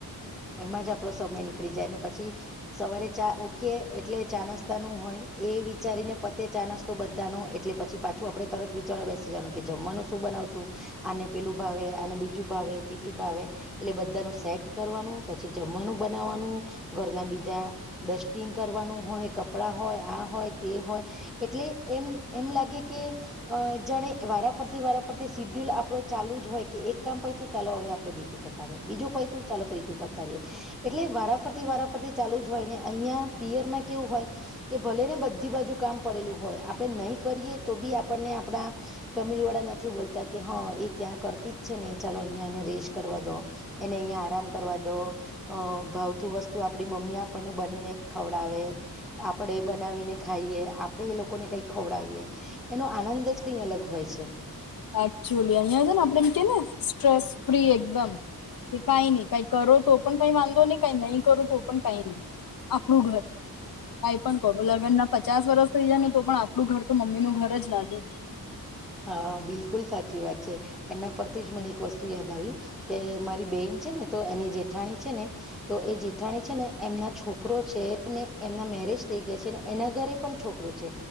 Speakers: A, in the centre; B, on the left.
A: એમાં જ આપડો સમય નીકળી જાય ને પછી સવારે ચા ઉઠીએ એટલે ચા નાસ્તા નું હોય એ વિચારીને પતે ચા નાસ્તો બધા નો એટલે પછી પાછું આપણે તરત વિચારવા બેસી જવાનું કે જમવાનું શું બનાવશું અને પેલું ભાવે અને બીજું ભાવે ત્રીજું ભાવે એટલે બધા નું સેટ કરવાનું પછી જમવાનું બનાવવાનું ઘરના બીજા ડસ્ટિંગ કરવાનું હોય કપડાં હોય આ હોય તે હોય એટલે એમ એમ લાગે કે અ જાણે વારાફરતી વારાફરતી સીડ્યુલ આપડો ચાલુ જ હોય કે એક કામ પાયતું તો ચાલો હવે આપડે બીજું પા પતાવીએ બીજું પાયતુ ચાલો ત્રીજું પા પતાવીએ એટલે વારાફરતી વારાફરતી ચાલુ જ હોય ને અહિયાં પિયરમાં કેવું હોય કે ભલે ને બધી બાજુ કામ પડેલું હોય આપણે નહીં કરીએ તો બી આપણને આપડા ફેમિલી વાળા નથી બોલતા કે હા એ ત્યાં કરતી જ છે ને ચાલો અહિયાં એને <unintelligible> કરવા દો. એને અહીંયા આરામ કરવા દો. અ ભાવતું વસ્તુ આપણી મમ્મી આપણને બનીને ખવડાવે આપડે બનાવીને ખાઈએ આપણેે એ લોકોને કઈ ખવડાવીએ એનો આનંદ જ કઈ અલગ હોય છે.
B: સાચું અહીંયા ને આપડે એમ કહીએ ને સ્ટ્રેસ ફ્રી એકદમ. કઈ નહી કઈ કરો તો પણ કઈ વાંધો નહી કઈ નહી કરો તો પણ કઈ ન આપણું ઘર કઈ પણ કરો લગ્ન ના પચાસ વર્ષ થઈ જાય ને તો પણ આપડું ઘર તો મમ્મી નું ઘર જ લાગે.
A: હા બિલકુલ સાચી વાત છે એના પરથી જ મને એક વસ્તુ યાદ આવી. કે મારી બેન છે ને તો એની જેઠાણી છે ને તો એ જેઠાણી છે ને એમના છોકરો છે ને એમના મેરેજ થઈ ગયા છે ને એના ઘરે પણ છોકરો છે